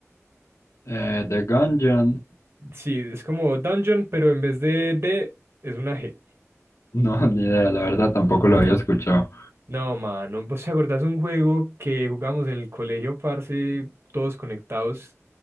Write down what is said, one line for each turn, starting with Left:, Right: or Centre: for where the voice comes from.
Left: Eh, The Gungeon,
Right: Sí, es como Dungeon, pero en vez de D es una G.
Left: no, <laughs> ni idea, la verdad tampoco lo había escuchado.
Right: No, mano, ¿vos te acordás de un juego que jugamos en el colegio, parce, todos conectados,